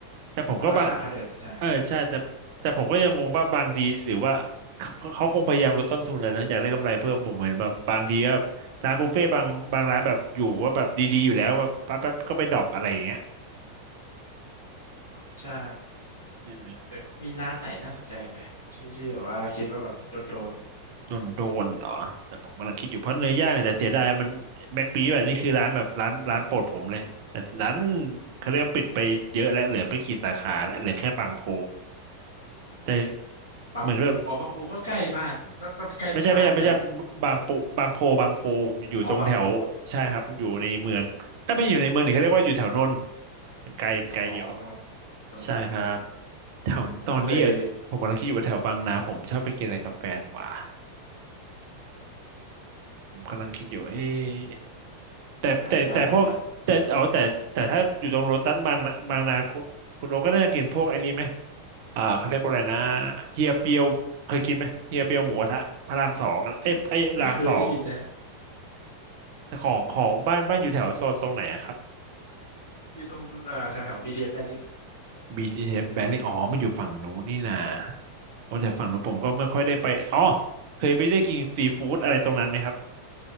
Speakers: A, on the right (about 50°); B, on the left (about 75°).
A: แต่ผมก็บาง
B: เพราะราคาเท่าเดิมใช่
A: เออใช่แต่แต่ผมก็ยังงงว่าบางทีหรือว่าเขาเขาคงพยายามลดต้นทุนเลยนะอยากได้กำไรเพิ่มผมเห็นแบบบางทีก็ร้านบุฟเฟ่ต์บางบางร้านแบบอยู่ว่าแบบดีๆอยู่แล้วแบแป๊บแป๊บก็ไปดรอปอะไรอย่างเงี้ย
B: ใช่
A: ใช่ไหม
B: เดี๋ยวมีร้านไหนน่าสนใจอีกไหมที่ที่แบบว่าคิดว่าแบบโดนโดน
A: โดนโดนเหรอแต่ผมกำลังคิดอยู่เพราะเนื้อย่างเนี่ยแต่เสียดายมันแบ็คปีแบบนี้คือร้านแบบร้านร้านโปรดผมเลยแต่ร้านเขาเรียกว่าปิดไปเยอะแล้วเหลือไปกี่สาขาแล้วเหลือแค่บางโพแต่
B: บางปูอ๋อบางปูก็ใกล้บ้านผมก็ก็ใกล้บ้านแฟนคุณแบบ
A: เหมือนแบบ ไม่ใช่ไม่ใช่ไม่ใช่บางปูบางโพบางโพอยู่ตรงแถวใช่ครับอยู่ในเมืองถ้าไม่อยู่ในเมืองนี่เขาเรียกว่าอยู่แถวนนท์
B: อ๋อบางโพน
A: มันไกลไกลอยู่
B: อ๋อนนท์นนท์
A: ใช่ครับแถวตอนนี้อะผมกำลังคิดอยู่ว่าแถวบางนาผมชอบไปกินอะไรกับแฟนวะ
B: ผมเคย
A: ผมกำลังคิดอยู่เอ๊ะแต่แต่แต่พวกแต่เอาแต่แต่ถ้าอยู่ตรงโลตัสบางนาบางนาคุณคุณโอก็น่าจะกินพวกไอ้นี้ไหม
B: ถ้ามีร้านดัง
A: อ่าเขาเรียกว่าอะไรนะเฮียเปียวเคยกินไหมเฮียเปียวหมูกระทะพระรามสองอะเอ้ยไอ้ยรามสอง
B: ๆไม่ไม่เคยได้ยินแล้ว
A: แต่ของของบ้านบ้านอยู่แถวโซนตรงไหนอะครับ
B: อยู่ตรงเอ่อแถวแถว BTS แบริ่ง
A: BTS Battling อ๋อมันอยู่ฝั่งนู้นนี่นาโอ้แต่ฝั่งนู้นผมก็ไม่ค่อยได้ไปอ๋อเคยไปได้กินซีฟู้ดอะไรตรงนั้นไหมครับ